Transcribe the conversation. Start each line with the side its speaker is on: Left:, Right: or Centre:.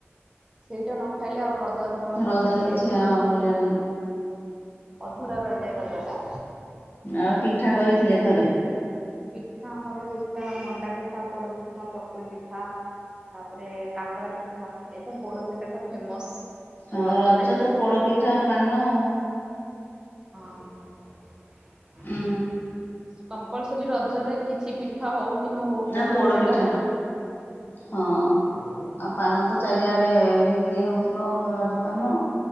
Right: ସେଇଟା ନ ଖାଇଲେ ଆଉ ରଜର କଣ
Left: ରଜର
Right: ମଜା ହୁଏ
Left: କିଛି
Right: କି?
Left: ମୂଲ୍ୟ ନାହିଁ
Right: ଅଧୁରା ରହିଯାଏ ରଜ ଟା
Left: ଆଉ ପିଠା କରିଥିଲେ ଘରେ।
Right: ପିଠା ଆମର ହେଇଥିଲା ମଣ୍ଡା ପିଠା ପୋଡ଼ ପିଠା ଚକୁଳି ପିଠା ତାପରେ କାକରା ପିଠା ଏଇତ ପୋଡ଼ପିଠା ଟା ଫେମସ
Left: ହଁ
Right: ରଜରେ।
Left: ରଜ ତ ପୋଡ ପିଠା ଆଉ ପାନ ଆଉ
Right: ହଁ
Left: ଉଁ
Right: କମ୍ପଲସରି ରଜରେ କିଛି ପିଠା ହଉ କି ନ ହଉ ପୋଡ
Left: ଆଉ
Right: ପିଠାଟା
Left: ପିଠା।
Right: ହବ।
Left: ହଁ। ଆଉ ପାନ ତ ଚାରିଆଡେ ବିକ୍ରି ହଉଥିବ ରଜ ପାନ।